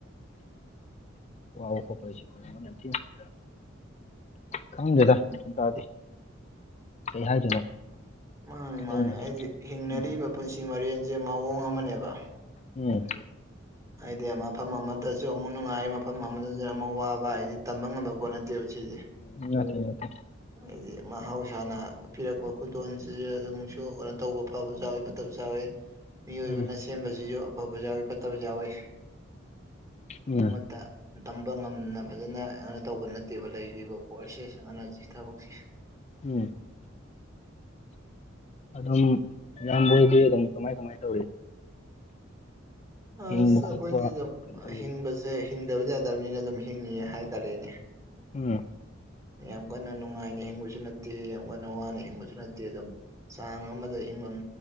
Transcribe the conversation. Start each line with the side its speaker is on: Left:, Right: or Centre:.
Left: <inaudible> ꯋꯥꯕ ꯈꯣꯠꯄꯩꯁꯨ ꯌꯥꯝꯅ ꯊꯤꯅ <inaudible> ꯈꯪꯗꯦꯗ ꯒ꯭ꯌꯥꯟ ꯇꯥꯗꯦ ꯀꯩ ꯍꯥꯏꯗꯣꯏꯅꯣ
Right: ꯃꯥꯅꯦ-
Left: ꯑꯗꯨꯒꯨꯝꯕꯁꯦ
Right: ꯃꯥꯅꯦ ꯍꯥꯏꯗꯤ ꯍꯤꯡꯅꯔꯤꯕ
Left: ꯎꯝ
Right: ꯄꯨꯟꯁꯤ ꯃꯔꯦꯟꯁꯦ ꯃꯑꯣꯡ ꯑꯃꯅꯦꯕ
Left: ꯎꯝ
Right: ꯍꯥꯏꯗꯤ ꯃꯐꯝ ꯑꯃꯗꯁꯨ ꯑꯃꯨꯛ ꯅꯨꯡꯉꯥꯏ ꯃꯐꯝ ꯑꯃꯗꯁꯨ ꯑꯃꯨꯛ ꯋꯥꯕ ꯍꯥꯏꯗꯤ ꯇꯝꯕ ꯉꯝꯕ ꯄꯣꯠ ꯅꯠꯇꯦꯕ ꯁꯤꯗꯤ
Left: ꯉꯜꯂꯤ <inaudible>
Right: ꯍꯥꯏꯗꯤ ꯃꯍꯧꯁꯥꯅ ꯄꯤꯔꯛꯄ ꯈꯨꯗꯣꯟꯁꯤ ꯑꯗꯨꯝꯛꯁꯨ ꯀꯩꯅꯣ ꯇꯧꯕ ꯐꯕꯁꯨ ꯌꯥꯎꯏ ꯐꯠꯇꯕꯁꯨ ꯌꯥꯎꯋꯦ ꯃꯤꯑꯣꯏꯕꯅ
Left: ꯎꯝ
Right: ꯁꯦꯝꯕꯁꯤꯁꯨ ꯑꯐꯕ ꯌꯥꯎꯋꯤ ꯐꯠꯇꯕꯖꯨ ꯌꯥꯎꯋꯤ
Left: ꯎꯝ
Right: ꯑꯃꯠꯇ ꯇꯝꯕ ꯉꯝꯅ ꯐꯖꯅ ꯑꯅ ꯇꯧꯕ ꯅꯠꯇꯦꯕ ꯂꯩꯔꯤꯕ ꯄꯣꯠꯁꯦ ꯊꯕꯛꯁꯤ
Left: ꯎꯝ ꯑꯗꯨꯝ ꯏꯌꯥꯝꯕꯍ‌ꯣꯏꯗꯤ ꯑꯗꯨꯝ ꯀꯃꯥꯏ ꯀꯃꯥꯏ ꯇꯧꯔꯤ
Right: ꯑꯁ
Left: ꯍꯤꯡꯕ ꯈꯣꯠꯄ
Right: ꯑꯩꯈꯣꯏꯗꯤ ꯑꯗꯨꯝ
Left: ꯀꯩꯅꯣ ꯇꯧꯕꯒꯤ
Right: ꯍꯤꯡꯕꯁꯦ ꯍꯤꯡꯗꯕꯗꯤ ꯌꯥꯗꯕꯅꯤꯅ ꯑꯗꯨꯝ ꯍꯤꯡꯉꯤ ꯍꯥꯏꯇꯥꯔꯦꯅꯦ
Left: ꯎꯝ
Right: ꯌꯥꯝ ꯀꯟꯅ ꯅꯨꯡꯉꯥꯏꯅ ꯍꯤꯡꯕꯁꯨ ꯅꯠꯇꯦ ꯌꯥꯝ ꯀꯟꯅ ꯋꯥꯅ ꯍꯤꯡꯕꯁꯨ ꯅꯠꯇꯦ ꯑꯗꯨꯝ ꯆꯥꯡ ꯑꯃꯗ ꯍꯤꯡꯐꯝ